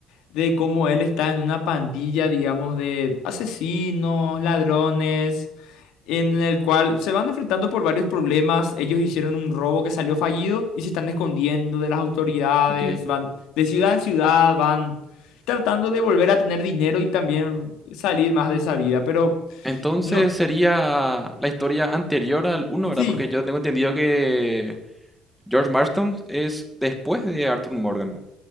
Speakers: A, on the left (about 80°); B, in the centre.
A: de cómo él está en una pandilla, digamos, de asesinos, ladrones, en el cual se van enfrentando por varios problemas. Ellos hicieron un robo que salió fallido y se están escondiendo de las autoridades,
B: Ok.
A: van de ciudad en ciudad, van tratando de volver a tener dinero y también salir más de esa vida. Pero
B: Entonces
A: no,
B: sería la historia anterior al uno, ¿verdad?
A: sí.
B: Porque yo tengo entendido que George Marston es después de Arthur Morgan.